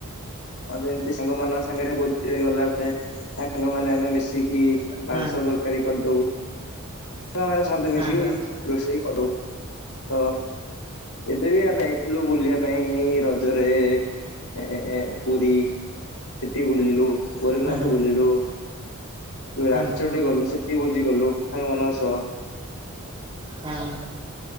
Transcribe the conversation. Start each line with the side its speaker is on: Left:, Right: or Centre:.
Left: ହଁ ଏମିତି ସାଙ୍ଗ ମାନଙ୍କ ସାଙ୍ଗରେ ଭୋଜିରେ ଗଲା ବେଳେ ସାଙ୍ଗ ମାନେ ଆମେ ମିଷ୍ ଶିକି ମାଂସ
Right: ହୁଁ ହୁଁ।
Left: ତରକାରୀ କରିଦଉ। ହ ମାନେ ସମସ୍ତେ ମିଶିକି
Right: ହଁ ହଁ ହୁଁ
Left: ରୋଷେଇ କଲୁ ତ ଏବେ ବି ଆମେ ଯାଇଥିଲୁ ବୁଲିବା ପାଇଁ ରଜରେ ଏ ପୁରୀ ସେଠି ବୁଲିଲୁ ଗୋରଖନାଥ
Right: ହୁଁ ହୁଁ
Left: ବୁଲିଲୁ। ରାଞ୍ଚଡି
Right: ହୁଁ ହଁ।
Left: ଗଲୁ ସେଠିକି ବୋଜି କଲୁ ସାଙ୍ଗ ମାନଙ୍କ ସହ
Right: ହଁ।